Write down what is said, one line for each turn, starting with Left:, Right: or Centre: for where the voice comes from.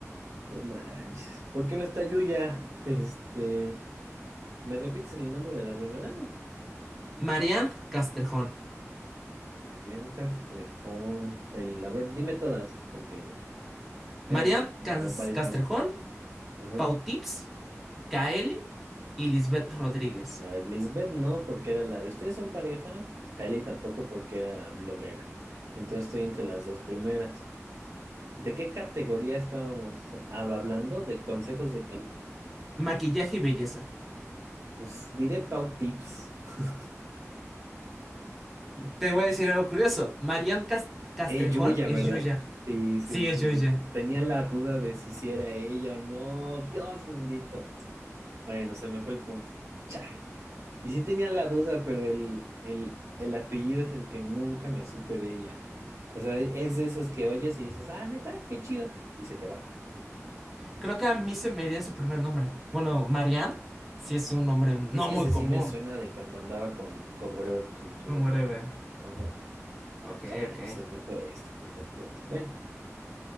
Right: no manches. ¿Por qué no está Yuya? <laughs> Este, ¿me repites el nombre de la primera?
Centre: Marianne Castrejón.
Right: Marian Castrejón. El, a ver, dime todas, porque
Centre: Marianne
Right: eran va-
Centre: Cas-
Right: varios
Centre: Castrejón,
Right: nombres. Ajá.
Centre: Pau Tips, Kaeli y Lisbeth Rodríguez.
Right: A ver, Lisbeth no, porque era la de ustedes son pareja. Kylie tampoco, porque era bloguera. Entonces estoy entre las dos primeras. ¿De qué categoría estábamos hab- hablando? ¿De consejos de qué?
Centre: Maquillaje y belleza.
Right: Pues diré Pau Tips. <laughs>
Centre: Te voy a decir algo curioso. Marianne Cas- Castrejón
Right: Es Yuya,
Centre: es
Right: ¿verdad?
Centre: Yuya.
Right: Sí, sí,
Centre: Sí,
Right: sí.
Centre: es Yuya.
Right: Tenía la duda de si sí era ella o no. Dios bendito. Bueno, se me fue el punto. Cha. Y sí tenía la duda, pero el, el, el apellido es el que nunca me supe de ella. O sea, e, es de esos que oyes y dices, ah, neta, qué chido, y se te va.
Centre: Creo que a mí se me iría su primer nombre. Bueno, Marianne sí es un nombre no
Right: Es que
Centre: muy
Right: ese sí
Centre: común.
Right: me suena de cuando andaba con, con Whatever Tom- Tomorrow.
Centre: Un whatever.
Right: Ajá.
Centre: Ok,
Right: Chale,
Centre: ok.
Right: se me fue esta por completo. Bueno,